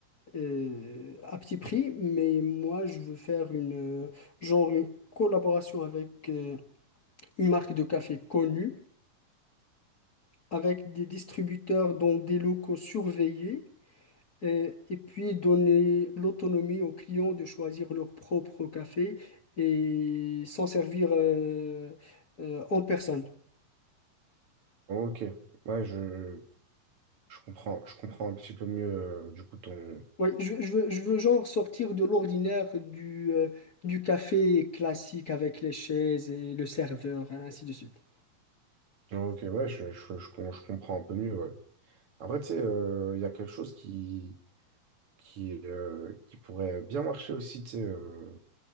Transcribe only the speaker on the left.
euh, à petit prix. Mais moi, je veux faire une, euh, genre une collaboration avec euh, une marque de café connue, avec des distributeurs dans des locaux surveillés, euh, et puis donner l'autonomie aux clients de choisir leur propre café et s'en servir euh, euh, en personne.
Ouais, je, je veux, je veux genre sortir de l'ordinaire du, euh, du café classique avec les chaises et le serveur, hein, ainsi de suite.